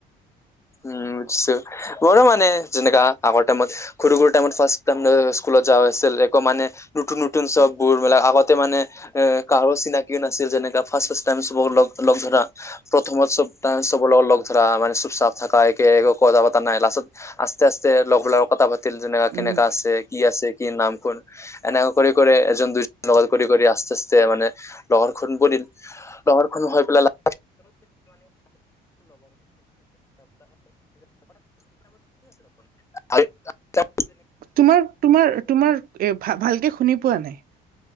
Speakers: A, on the left; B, on the right.
A: উম। উ বুজিছো বৰ মানে যেনেকা আগৰ টাইমত সৰু টাইমত ফাৰ্ষ টাইম <unintelligible> স্কুলত যাোৱা হৈছিল একো মানে নতুন নতুন চব বোৰ মিলাক আগতে মানে। এ কাৰো চিনাকিও নাছিল, যেনে ফাষ্ট লগ ধৰা প্ৰথমত চব। <unintelligible> চব লগত লগ ধৰা মানে চুপ চাফ থাককা একে একো কথা পতা নাই লাষ্টত আস্ত আ্ত লগ ধোৱাৰ কথা পা। <unintelligible> যেনে কেনেকা
B: উম
A: আছে কি আছে কি নাম কোন এনে। কৰি কৰি এজন দুইজন লগ কৰি কৰি আস্তে আস্তে মানে লগৰখন পৰিল। লৰ খ হৈ পেলাই। অ <unintelligible>
B: তোমাৰ, তোমাৰ তোমাৰ ভ ভালকে শুনি পোৱা নাই।